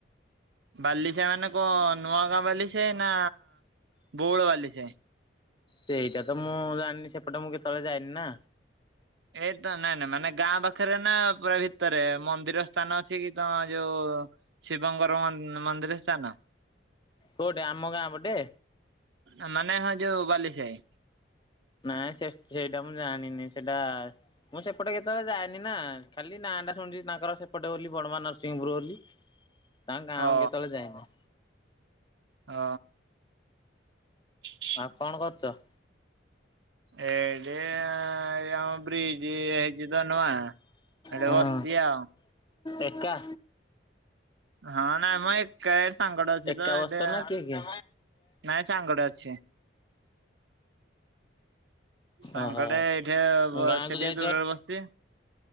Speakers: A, on the right; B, on the left.
A: ବାଲି ସାଇ ମାନେ କଁ ନୂଆଗାଁ ବାଲିସାଇ ନା ବଉଳ ବାଲିସାଇ।
B: ସେଇଟା ତ ମୁଁ ଜାଣିନି ସେପଟେ ମୁଁ କେତେବେଳେ ଯାଇନି ନା।
A: ଏ ତ ନାଇଁ ନାଇଁ ମାନେ ଗାଁ ପାଖରେ ନା ପୁରା ଭିତରେ ମନ୍ଦିର ସ୍ଥାନ ଅଛି କି ତମ ଯୋଉ ଶିବଙ୍କର ମ ମନ୍ଦିର ସ୍ଥାନ।
B: କୋଉଠି ଆମ ଗାଁ ପଟେ?
A: ଆ ମାନେ ହଁ ଯୋଉ ବାଲି ସାଇ।
B: ନାଇଁ ସେ ସେଇଟା ମୁଁ ଜାଣିନି ସେଇଟା ମୁଁ ସେପଟେ କେତେବେଳେ ଯାଏନି ନା। ଖାଲି ନାଁଟା ଶୁଣିଛି ତାଙ୍କର ସେପଟେ ବୋଲି ବଡମା ନରସିଂହପୁର ବୋଲି ତାଙ୍କ ଗାଁକୁ
A: ଓ
B: କେତେବେଳେ ଯାଇନି।
A: ଅ <inaudible>
B: ଆଉ କଣ କରୁଚ?
A: ଏଇଠି ଏ ଆମ ବ୍ରିଜ ହେଇଚି ତ ନୂଆ। ହେଠେ
B: ହଁ
A: ବସିଚି ଆଉ।
B: ଏକା?
A: ହଁ ନାଇଁମ ଏକା ଏ ମୁଁ ସାଙ୍ଗଟେ ଅଛି
B: ଏକା
A: ତ ଏଠି
B: ବସିଛ ନା କିଏ କିଏ?
A: ନାଇଁ ସାଙ୍ଗଟେ ଅଛି। ସାଙ୍ଗଟେ
B: ଓହୋ
A: ଏଇଠେ ବ
B: ଗାଁକୁ
A: ସେ ଟିକେ
B: ଯାଇଛ
A: ଦୂରରେ ବସିଚି।